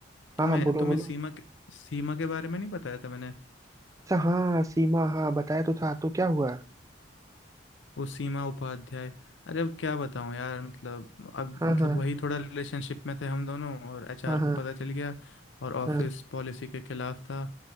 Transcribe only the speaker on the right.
हाँ हाँ बोलो
बोलो
अच्छा हाँ सीमा हाँ बताया तो था तो क्या हुआ
हाँ
हाँ
हाँ हाँ
हाँ